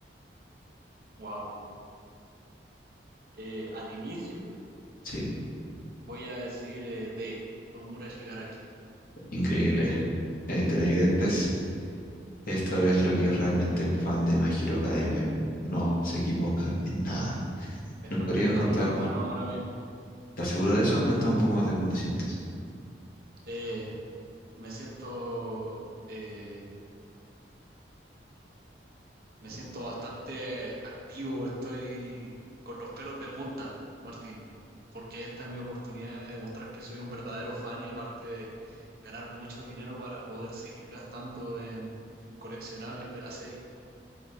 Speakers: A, on the right; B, on the left.
A: Wow. Eh, al inicio
B: Sí,
A: voy a decir eh, D, Tomura Shigaraki.
B: increíble. Eh, televidentes, esto es lo que es realmente un fan de My Hero Academia. No se equivoca en nada.
A: Me
B: ¿Nos
A: están
B: podrías
A: temblando
B: contar?
A: las manos ahora mismo.
B: ¿Estás seguro de eso? Cuéntame un poco más de cómo te sientes.
A: Eh, me siento, eh, me siento bastante activo. Estoy con los pelos de punta, Martín, porque esta es mi oportunidad de demostrar que soy un verdadero fan y aparte de ganar mucho dinero para poder seguir gastando en coleccionables de la serie.